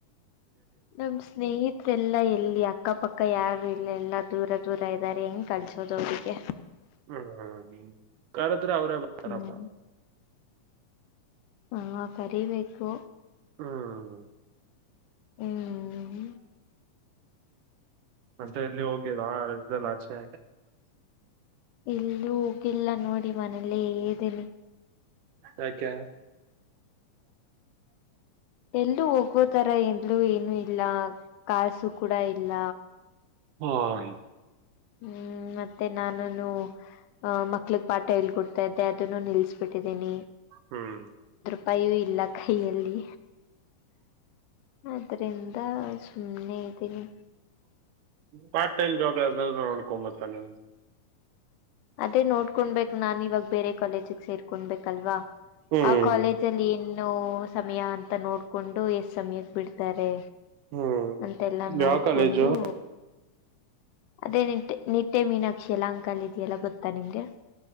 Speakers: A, on the left; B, on the right.
A: ನಮ್ಮ ಸ್ನೇಹಿತ್ರ ಎಲ್ಲಾ ಎಲ್ಲಿ ಈ ಅಕ್ಕಪಕ್ಕ ಯಾರು ಇಲ್ಲ ಇಲ್ಲಾ ದೂರ ದೂರ ಇದಾರೆ ಹೆಂಗ್ ಕಳ್ಸೋದು ಅವರಿಗೆ?
B: ಹ್ಮ್ ಹು ಕರದ್ರೆ ಅವ್ರೇ ಬತಾರಪ್ಪ.
A: ಹ್ಮ್ ಹಾ ಕರಿಬೇಕು.
B: ಹ್ಮ್.
A: ಹ್ಮ್
B: ಮತ್ತೆ ಎಲ್ಲಿ ಹೋಗಿಲ್ವ ರಜೆಯಲ್ಲಿ ಆಚೆ.
A: ಎಲ್ಲೂ ಹೋಗಿಲ್ಲ ನೋಡಿ ಮನೇಲೆ ಇದೀನಿ.
B: ಯಾಕೆ?
A: ಎಲ್ಲೂ ಹೋಗೋತರ ಎನ್ಲೂ ಏನು ಇಲ್ಲ ಕಾಸು ಕೂಡ ಇಲ್ಲ.
B: ಹ್ಮ.
A: ಹ್ಮ್ ಮತ್ತೆ ನಾನನು. ಹ್ಮ ಮಕ್ಳಗ್ ಪಾಠ ಹೇಳಿಕೊಡ್ತಾ ಇದ್ದೆ ಅದನ್ನು ನಿಲ್ಸ್ಬಿಟ್ಟಿದ್ದೀನಿ.
B: ಹ್ಮ್.
A: ಪೈಯೂ ಇಲ್ಲ ಕೈಯಲ್ಲಿ. ಅದ್ರಿಂದ ಸುಮ್ಮ್ನೆ ಇದ್ದೀನಿ.
B: ಪಾರ್ಟ್ ಟೈಮ್ ಜಾಬ್ ಯಾವ್ದಾದ್ರೂ ನೋಡ್ಕೊಂಬತ್ತಾನೆ.
A: ಅದೇ ನೋಡ್ಕೊಂಡ್ ಬೇಕ ನಾನ್ ಇವಾಗ ಬೇರೆ ಕಾಲೇಜಿಗೆ ಸೇರ್ಕೊಬೇಕಲ್ವಾ.
B: ಹ್ಮ್
A: ಆ ಕಾಲೇಜ ಅಲ್ಲಿ ಏನು ಸಮಯ ಅಂತ ನೋಡ್ಕೊಂಡು ಎಷ್ಟ ಸಮಯಕ್ ಬಿಡ್ತಾರೆ.
B: ಹ್ಮ್
A: ಅಂತೆಲ್ಲಾ
B: ಯಾವ
A: ನೋಡ್ಕೊಂಡು.
B: ಕಾಲೇಜು
A: ಅದೇ ನಿಟ್ಟೆ ನಿಟ್ಟೆ ಮೀನಾಕ್ಷಿ ಯಲಹಂಕಲ್ಲಿ ಇದೆಯಲ್ಲ ಗೊತ್ತಾ ನಿಮ್ಗೆ.